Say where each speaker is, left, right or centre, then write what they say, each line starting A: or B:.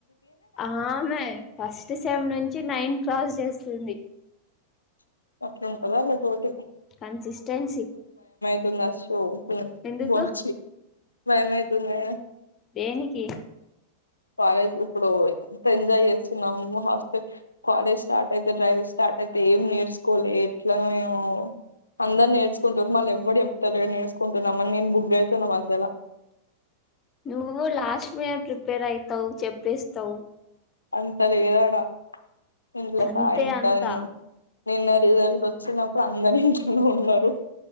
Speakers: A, on the left; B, on the left.
A: ఆమె ఫస్ట్ సెమ్ నుంచి నైన్ క్రాస్ చేస్తుంది.
B: అట్నే ఉంటదా ఆళ్ళ తోటి
A: కన్సిస్టెన్సీ
B: తుందా షో
A: ఎందుకు
B: వాచీ భయమైతుందే
A: దేనికి?
B: కాలేజ్ ఇప్పుడు ఎంత ఎంజాయ్ చేస్తున్నాము హాస్టల్ కాలేజ్ స్టార్ట్ అయితే డ్రైవ్ స్టా ట్ అయితే ఏం నేర్చుకోలే ఎట్లా ఏమో అందర్ నేర్చుకుంటరు మళ్ళీ ఎవ్వడ్ చెప్తలేర్ నేర్చుంటున్నమన్ నేన్ బుగ్గైతున్న మధ్యల
A: నువ్వు లాస్ట్ మినిట్ ప్రిపేర్ అయితవు చెప్పేస్తవ్
B: అంత లేదాడా ఇంట్ల
A: అంతే
B: సాయం
A: అంతా
B: కాలం నిన్న రిజల్ట్ వస్ చ్చినప్పుడు అందర్ ఇంట్లనే ఉన్నరు.